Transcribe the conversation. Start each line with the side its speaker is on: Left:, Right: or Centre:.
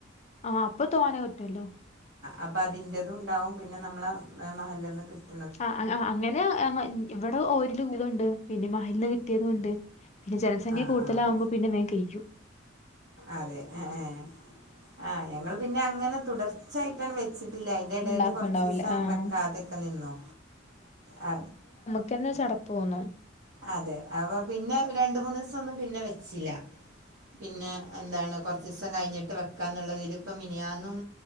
Left: ആഹ് അപ്പൊ തോനെ കി ട്ടലോ
Right: അപ്പൾ അതിന്റേതും ഉണ്ടാവും പിന്നെ നമ്മളെ മഹലെനും കിട്ടും
Left: ആ അങ്ങനെ ഞങ്ങ ഇവിടെ ഓരില്തുണ്ട് പിന്നെ മഹൽന്ന് കിട്ടിയതും ഉണ്ട് പിന്നെ ജനസംഖ്യ
Right: ആഹ്
Left: കൂടുതലകുമ്പോ
Right: ആഹ്
Left: പിന്നെ വേ കഴിയും
Right: അതെ ഏ ഏ ആ ഞങ്ങൾ പിന്നെ അങ്ങനെ തുടർച്ചായിട്ടാണ് വെ വെച്ചിട്ടില്ല അതിറെ എടേൽ
Left: ഇണ്ടാക്കണ്ടാവൂല
Right: കുറചിസം
Left: ആഹ്
Right: വെക്കാതൊക്കെ നിന്നോ ആ
Left: ക്കെന്നെ ചടപ്പ് തോന്നും
Right: അതെ അപ്പൊ പിന്നെ രണ്ട മൂന്ന് ദിവസൊന്നും പിന്നെ വെച്ചില്ല പിന്നെ എന്താണ് കുറച്ച് ദിവസം കഴിഞ്ഞിട്ട് വെക്കാന്നുള്ളതിൽ ഇപ്പ മിനിയാന്നും